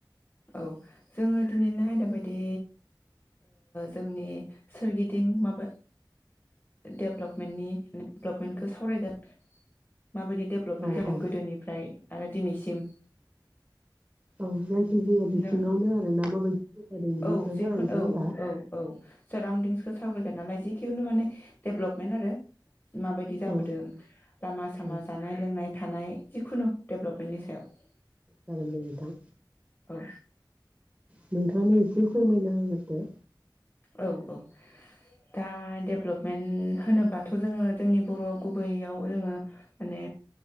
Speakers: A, on the left; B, on the right.
A: औ जोङो दिनैनो आयदा बायदि जोंनि सोरगिदिं माबा डेभलपमेन्टनि डेभलपमेन्टखौ सावरायगोन माबायदि डेभलपमेन्ट
B: औ
A: जादों
B: औ
A: गोदोनिफ्राय आरो दिनैसिम
B: औ जायखि जाया बिथिङावनो
A: नो
B: आरो ना माबायदि जौगादों बिनि
A: औ
B: सायाव
A: जेखुन
B: सावरायनोसै
A: औ
B: होमबा
A: औ औ साराउन्दिंसखौ सावरायगोन नालाय जिखिुननो माने डेभलपमेन्ट आरो माबायदि जाबोदों
B: औ
A: लामा सामा
B: औ
A: जानाय लोंनाय थानाय जिखुनु डेभ्लपमेन्टनि सायाव
B: जागोनो दे नोंथां
A: औ
B: नोंथाङानो एसे फोरमायना होग्रोदो
A: औ औ दा दे डेभ्लपमेन्ट होनोबाथ' जोङो जोंनि बर' गुबैयाव जोङो माने